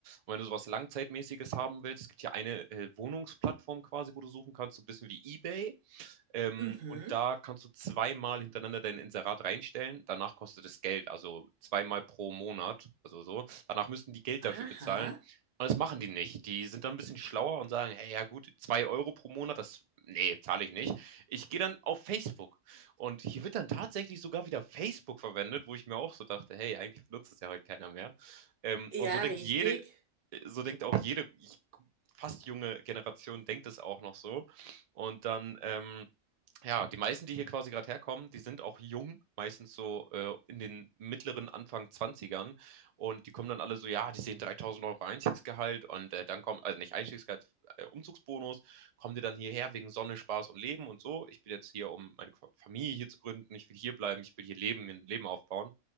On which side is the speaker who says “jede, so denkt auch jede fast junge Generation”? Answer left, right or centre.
Right